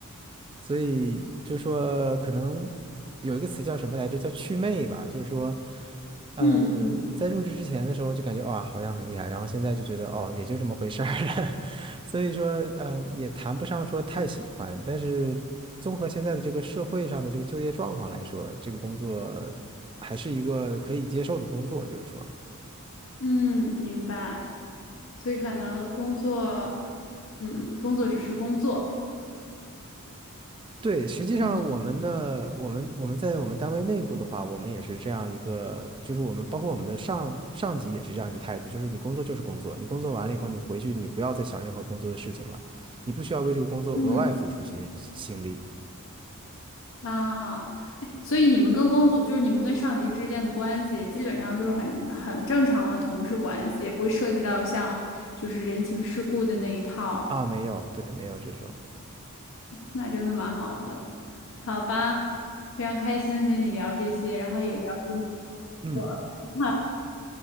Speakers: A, on the right; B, on the left.
A: 所以就说可能有一个词叫什么来着，叫祛魅吧，就是说。
B: 嗯嗯
A: 嗯，在入职之前的时候就感觉哇，好像很厉害，然后现在就觉得哦，也就这么回事儿了。<laughs> 所以说，嗯，也谈不上说太喜欢，但是综合现在的这个社会上的这个就业状况来说，这个工作还是一个可以接受的工作，就是说。
B: 嗯，明白。所以可能工作，嗯，工作只是工作，
A: 对，实际上我们的我们我们在我们单位内部的话，
B: 我们就
A: 我们也是这样一个，就是我们包括我们的上上级也是这样一个态度，就是你工作就是工作，你工作完了以后，你回去你不要再想任何工作的事情了，你不需要为这个工作额外付出心心力
B: 嗯啊，哎，所以你们跟工作就是你们跟上级之间的关系，基本上就是很很正常的同事关系，也不会涉及到像就是人情世故的那一套。
A: 啊，没有，对，没有这种，
B: 那真的蛮好的，好吧，非常开心跟你聊这些，然后也了解你
A: 嗯，
B: 我。<laughs>